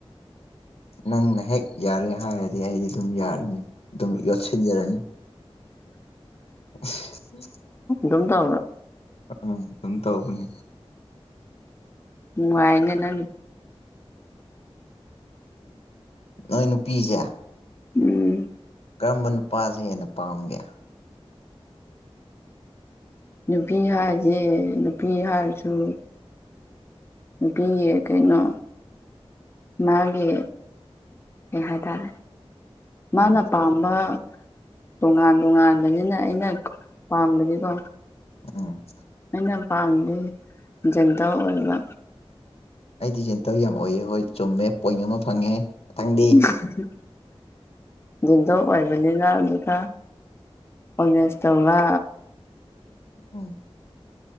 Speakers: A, on the left; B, on the left.
A: ꯅꯪꯅ ꯍꯦꯛ ꯌꯥꯔꯦ ꯍꯥꯏꯔꯗꯤ ꯑꯩꯗꯤ ꯑꯗꯨꯝ ꯌꯥꯔꯅꯤ ꯑꯗꯨꯝ ꯌꯣꯠꯁꯤꯟꯖꯔꯅꯤ ꯎꯝ
B: ꯆꯝ ꯊ
A: ꯑꯥ ꯑꯗꯨꯝ ꯇꯧꯕꯅꯦ
B: ꯎ ꯋꯥꯩꯅ ꯅꯦ
A: ꯅꯣꯏ ꯅꯨꯄꯤꯁꯦ
B: ꯎꯝ
A: ꯀꯔꯝꯕ ꯅꯨꯄꯥꯁꯦ ꯍꯦꯟꯅ ꯄꯥꯝꯒꯦ
B: ꯅꯨꯄꯤ ꯍꯥꯏꯁꯦ ꯅꯨꯄꯤ ꯍꯥꯏꯔꯁꯨ ꯕꯤ ꯑꯦ ꯀꯩꯅꯣ ꯃꯥꯒꯤ ꯀꯩ ꯍꯥꯏꯇꯥꯔꯦ ꯃꯥꯅ
A: ꯎꯝ
B: ꯄꯥꯝꯕ ꯇꯣꯉꯥꯟ ꯇꯣꯉꯥꯟꯕꯅꯤꯅ ꯑꯩꯅ ꯄꯥꯝꯕꯒꯤꯀꯣ
A: ꯎꯝ
B: ꯑꯩꯅ ꯄꯥꯝꯗꯤ ꯖꯟꯇꯔ ꯑꯣꯏꯕ
A: ꯑꯩꯗꯤꯖꯦꯟꯇꯔ ꯌꯥꯝ ꯑꯣꯏꯑ ꯍꯣꯏ ꯆꯨꯝꯃꯦ ꯄꯣꯏꯟ ꯑꯃ ꯐꯪꯉꯦ ꯃꯊꯪꯗꯤ
B: ꯎ <unintelligible> <inaudible> ꯦꯟꯗꯣ ꯑꯣꯏꯕꯅꯤꯅ ꯑꯗꯨꯒ ꯑꯣꯅꯦꯖ ꯇꯧꯕ
A: ꯑꯣ <unintelligible> <inaudible>